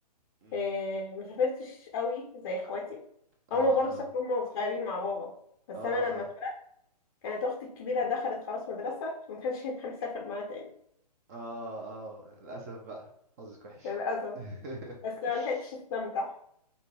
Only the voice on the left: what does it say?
آه، ما سافرتش قوي زي اخواتي
هما برضه سافروا
هما وصغيرين مع بابا بس
انا لما
اتولدت كانت اختي الكبيره دخلت خلاص مدرسه فما كانش ينفع نسافر معاها تاني
للاسف
بس ما لحقتش استمتع